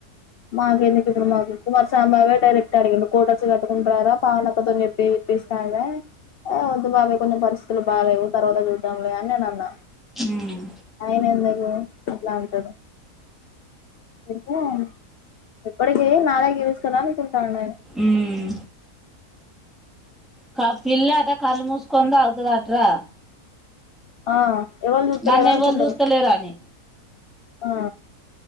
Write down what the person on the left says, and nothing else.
మాకు ఎందుకు ఇప్పుడు మాకు కుమార్స్వామి బావే డైరెక్ట్ అడిగిడు కోటర్స్ కట్టుకుంటారా పావనక్కతోని చెప్పి ఇవి ఇప్పిస్తాలే వద్దు బాగా కొంచెం పరిస్థితులు బాగాలేేవు తర్వాత చూద్దాంలే అని నేను అన్నా
ఆయిన ఎందుకు ఇట్లా అంటడు <unintelligible> ఎప్పటికి నాదే గెలుస్తాను అనుకుంటాడ నేను
ఆ ఎవరు చూస్తలేరు
అనుకుంటారు
ఆ